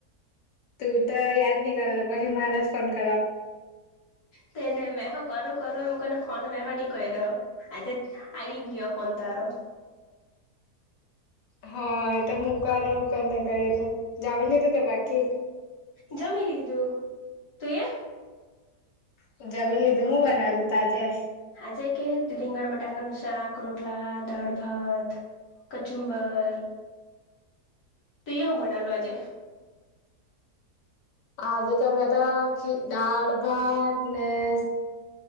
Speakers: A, on the left; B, on the left.
A: તું તો દ નહી કર પછ મહારાજ ફન કર
B: તેને મે હા કરો કરો એમ ને ફન મેહન કહી રહ્યો આજે આવી ગયો ફન તારો
A: હા એ તો હું કરું કરને કરી જામી લીધું બાકી કે
B: જમી લીધું તું એ
A: પૂજા મી લ હતીું હું બનાલ તાજા
B: હા જે કે રીંગણ બટાકાનુંું શાક રોટલા દાળ ભાત કચુંબર તો એ હું બનાલો આજે
A: આજે તમે ખી દાળ ભાત નસ